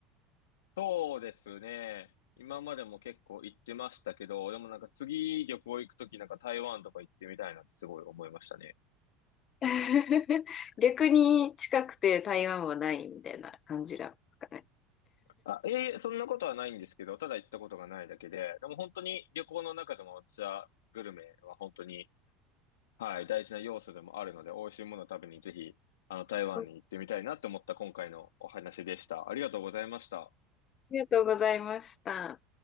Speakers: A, on the left; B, on the left.
A: そうですね。今までも結構行ってましたけど、でもなんか次旅行行く時なんか台湾とか行ってみたいなってすごい思いましたね。
B: <laughs> 逆に近くて台湾はないみたいな感じなんですかね。
A: あ、いえいえ、そんなことはないんですけど、ただ行ったことがないだけで、でも本当に旅行の中でも私はグルメは本当に、はい、大事な要素でもあるので、美味しいものを食べにぜひ、あの、台湾に行ってみたいなと思った今回のお話でした。
B: あ
A: ありがとうございました。
B: りがとうございました。